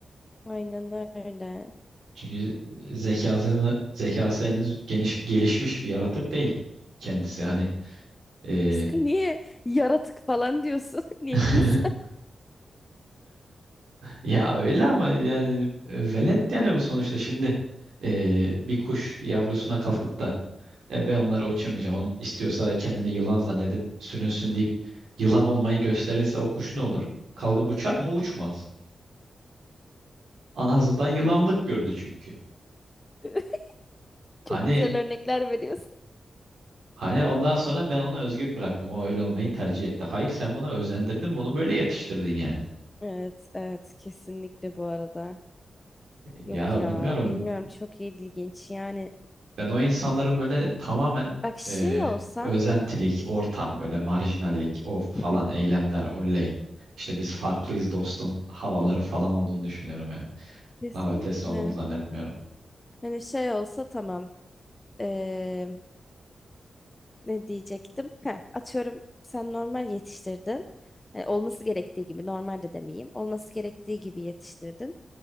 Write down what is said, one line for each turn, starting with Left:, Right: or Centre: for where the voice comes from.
Left: Aynen öyle.
Right: Çünkü zekasını zekası henüz geniş, gelişmiş bir yaratık değil kendisi. Hani
Left: <laughs>
Right: e,
Left: İşte niye yaratık falan diyorsun? <laughs> Niye
Right: <laughs>
Left: insan?
Right: Ya öyle ama yani e, velet yani bu sonuçta şimdi e, bir kuş yavrusuna kalkıp da "E, ben onları uçurmayacağım. On, istiyorsa kendini yılan zannedip sürünsün deyip yılan olmayı gösterirse o kuş ne olur? Kalkıp uçar mı? Uçmaz. Anasından yılanlık gördü çünkü.
Left: <laughs>
Right: Hani
Left: Çok güzel örnekler veriyorsun.
Right: hani ondan sonra ben onu özgür bıraktım. O öyle olmayı tercih etti. Hayır sen buna özendirdin bunu böyle yetiştirdin yani.
Left: Evet, evet kesinlikle bu arada.
Right: Ya
Left: Yok ya
Right: bilmiyorum
Left: bilmiyorum çok ilginç yani
Right: Ben o insanların böyle tamamen
Left: Bak şey
Right: e,
Left: olsa
Right: özentilik, ortam, böyle marjinallik, o falan
Left: Hı
Right: eylemler,
Left: hı.
Right: oley. İşte biz farklıyız dostum havaları falan olduğunu düşünüyorum yani.
Left: kesinlikle
Right: Daha ötesi olduğunu zannetmiyorum.
Left: hani şey olsa tamam Eee, ne diyecektim? Heh, atıyorum sen normal yetiştirdin. Yani olması gerektiği gibi normal de demeyeyim. Olması gerektiği gibi yetiştirdin.